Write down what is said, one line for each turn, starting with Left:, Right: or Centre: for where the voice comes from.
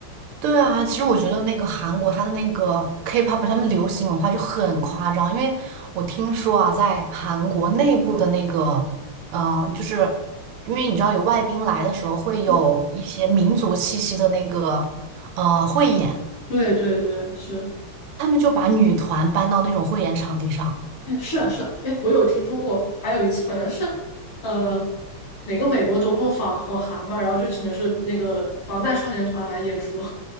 Right: 对啊，其实我觉得那个韩国它的那个 K-pop，他们流行文化就很夸张，因为我听说啊，在韩国内部的那个，呃，就是因为你知道有外宾来的时候会有一些民族气息的那个
Left: 嗯，
Right: 呃汇演，
Left: 对对对，是。
Right: 他们就把女团搬到那种汇演场地上。
Left: 哎，是啊，是啊，哎，我有听说过，还有一次好像是，呃，哪个美国总统访访韩吧，然后就请的是那个防弹少年团来演出。